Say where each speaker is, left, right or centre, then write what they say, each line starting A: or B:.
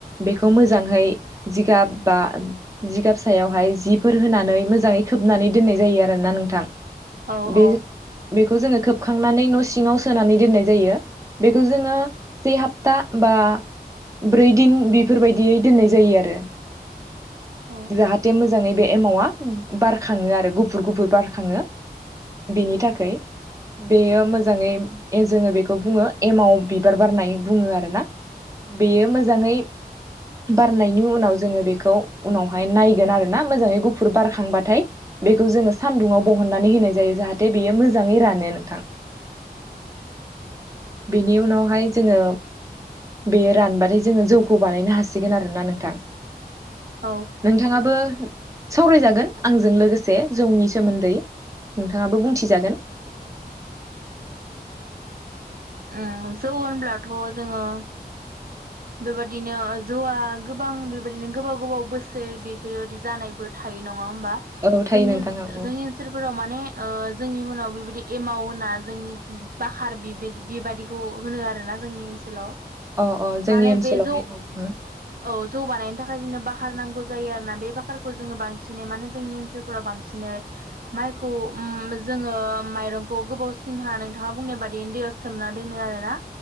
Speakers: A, on the right; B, on the right.
A: बेखौ मोजांयै जिगाब बा जिगाब सायावहाय जिफोर होनानै मोजाङै खोबनानै दोननाय जायो आरो। ना नोंथां?
B: औ
A: बे
B: औ।
A: बेखौ जोङो खोबखांनानै न' सिङाव सोनानै दोननाय जायो बेखौ जोङो से हाप था बा ब्रै दिन बेफोरबायदियै दोननाय जायो आरो।
B: औ
A: जाहाथे मोजाङै बे एमावा बारखाङो आरो गुफुर गुफुर बारखाङो। बेनि थाखाय बेयो मोजाङै ए जोङो बेखौ बुङो एमाव बिबार बारनाय बुङो आरो ना? बेयो मोजाङै बारनायनि उनाव जोङो बेखौ उनावहाय नायगोन आरो ना मोजाङै गुफुर बारखांबाथाय बेखौ जोङो सानदुङाव बहननानै होनाय जायो। जाहाथे बेयो मोजाङै रानो नोंथां।
B: <inaudible>
A: बेनि उनावहाय जोङो बेयो रानबाथाय जोङो जौखौ बानायनो हासिगोन आरोना नोंथां।
B: औ
A: नोंथाङाबो सावरायजागोन आंजों लोगोसे जौनि सोमोन्दै नोंथाङाबो बुंथिजागोन
B: उम जौ होनब्लाथ' जोङो बेबायदिनो जौआ गोबां बेबायदिनो गोबाव गोबाव बोसोर बेफोरबायदि जानायबो थायो न ङा होनबा
A: औ थायो
B: जोंनि
A: नोंथाङा औ
B: जोंनि ओनोलफोराव माने ओ जोंनि उनाव बेबायदि एमाव होना जोंनि बाखार बिबादि बिबादिखौ होनो आरोना जोंनि ओनसोलाव
A: अ अ जोंनि
B: माने
A: ओनसोलावहाय
B: बे जौ
A: मा बुङो?
B: औ जौ बानायनो थाखाय जोंनो बाखार नांगौ जायो आरोना बे बाखारखौ जोङो बांसिनै मानोे जोंनि ओनसोलफोराव बांसिनै माइखौ उम जोङो माइरंखौ गोबावसिमहा नोंथाङा बुंनाय बादि उन्दैयाव सोमना दोनो आरोना